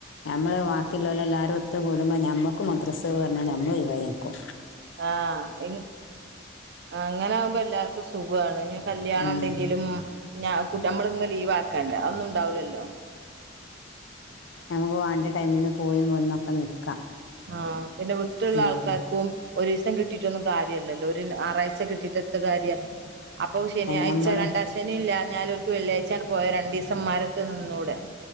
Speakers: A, on the left (about 70°); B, on the right (about 55°).
A: നമ്മള് വാക്കിലോല്ലെലാരും ഒത്ത് കൂടുമ്പോൾ നമ്മ നമുക്ക് മാത്രം സുഖാ പറഞ്ഞാണ് നമ്മൾ ഒഴിവാക്കും കൊ
B: ആ ഇൻ അങ്ങനെ ആകുമ്പോ എല്ലാർക്കും സു സുഖമാണ് നി കല്യാണം
A: ഉം
B: ഉണ്ടെങ്കിലും ഞ കുട്ടൃമ്മള് ന്ന് ലീവാക്കാണ്ട ഒന്നും ഉണ്ടാവില്ലല്ലോ
A: ഞമ്മക്ക് വാണ്ടൃ ടൈമിനും പോയി മുന്നൊക്കെ നിക്
B: ആ പിന്നെ വിട്ടുള്ള
A: ഇവിടെ
B: ആൾക്കാർക്കും ഒരു ദിവസം കിട്ടിട്ടൊന്നും കാര്യല്ലല്ലോ ഒരു ആറാഴ്ച കിട്ടിട്ട് എന്ത്‌ കാര്യ അപ്പൊ ശനിയാഴ്ച
A: നമ്മള്
B: രണ്ടാ ശെനില്ലൃ ഞ്ഞാല് ഓൽക്ക് വെള്ളിയാഴ്ച്ചാ അങ്ങട് പോയി രണ്ടീസം ഉമ്മാടടുത്ത് നിന്നൂടെ